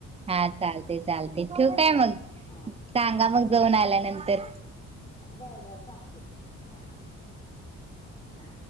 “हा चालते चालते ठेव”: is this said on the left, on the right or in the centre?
Right